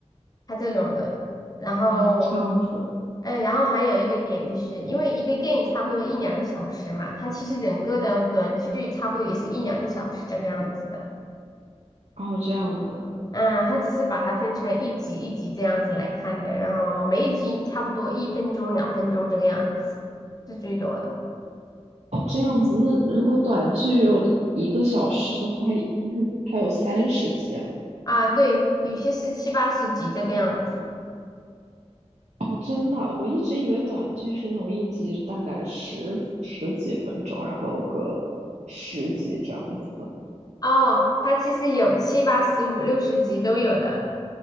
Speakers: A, on the left; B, on the right.
A: 它这种的。然后，
B: 啊，这样子，
A: 嗯，然后还有一个点就是，因为一个电影差不多一两个小时嘛，它其实整个的短剧差不多也是一两个小时这个样子的。
B: 哦，这样子。
A: 嗯，它只是把它分成一集一集这样子来看的，然后每一集差不多一分钟、两分钟这个样子，是最多的
B: 哦，这样子，那如果短剧有一个小时的话，那还有三十集啊？
A: 啊。对，有些是七八十集这个样子。
B: 哦，真的，我一直以为短剧是那种一集大概十十几分钟，然后有个十集这样子的
A: 哦，它其实有七八十、五六十集都有的，